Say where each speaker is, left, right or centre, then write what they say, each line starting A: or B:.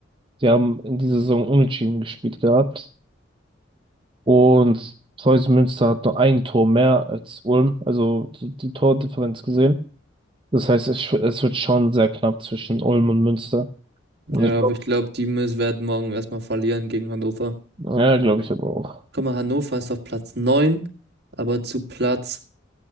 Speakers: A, on the right (about 25°); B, on the right (about 60°).
A: die haben in dieser Saison unentschieden gespielt gehabt. Und Preußen Münster hat nur ein Tor mehr als Ulm, also die, die Tordifferenz gesehen. Das heißt, es, sch- es wird schon sehr knapp zwischen Ulm und Münster.
B: Ja,
A: Und ich glaube,
B: aber ich glaube, die müssen werden morgen erstmal verlieren gegen Hannover.
A: Ja, glaube ich aber auch.
B: Guck mal, Hannover ist auf Platz neun aber zu Platz